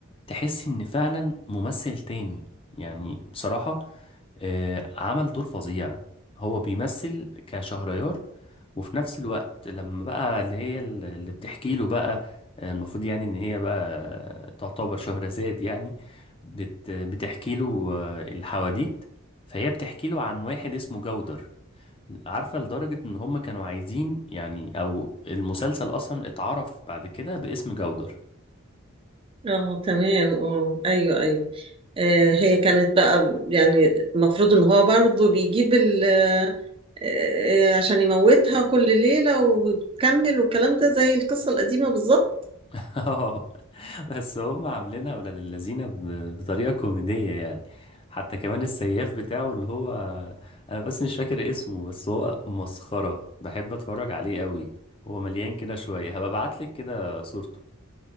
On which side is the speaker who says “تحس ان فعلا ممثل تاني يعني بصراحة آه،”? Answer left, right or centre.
Left